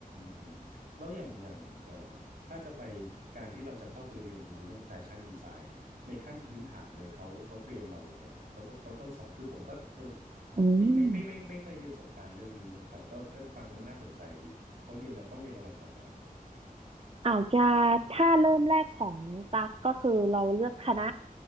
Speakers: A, on the right; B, on the right.
A: อืมแล้วอย่างอย่างเอ่อถ้าจะไปการที่เราจะเข้าไปเรียนรู้เรื่องแฟชั่นดีไซน์เนี่ยในขั้นพื้นฐานเลยเขาเขาเตรียมเรายังไงครับเขาต้องเขาต้องสอนคือผมก็เออ
B: อืม
A: ไม่ไม่ไม่ไม่ไม่ไม่เคยมีประสบการณ์เรื่องนี้นะแต่ก็ก็ฟังแล้วมันน่าสนใจดีเขาเรียนนะต้องเรียนอะไรก่อนนะครับ
B: อาจจะถ้าเริ่มแรกของตักก็คือเราเลือกคณะ